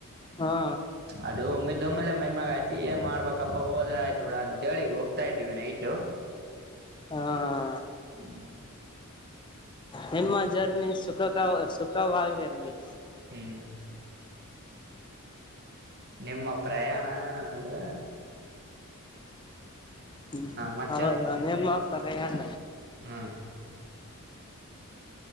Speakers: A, on the left; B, on the right.
A: ಹಾ
B: ಅದು ಒಮ್ಮಿದೊಮ್ಮಲೆ ಮೈಮಾಗ ಆಯತಿ ಏನ್ ಮಾಡ್ಬೇಕಪ್ಪಾ ಹೋದ್ರ ಆಯ್ತು ಬಿಡ ಅಂತೇಳಿಗ್ ಹೋಗ್ತಾ ಇದ್ದೀವಿ ನೈಟು
A: ಹಾ ಹಾ
B: ಹ್ಮ್
A: ನಿಮ್ಮ ಜರ್ನಿ ಸುಖಕ ಸುಖರವಾಗಿರಲಿ
B: ಹ್ಮ್ ನಿಮ್ಮ ಪ್ರಯಾಣ ಅದು
A: ಹ್ಮ
B: ಮತ್ತೆ
A: ಹೌದು ನೀಮ್ಮ ಪ್ರಯಾಣ
B: ಹ್ಮ್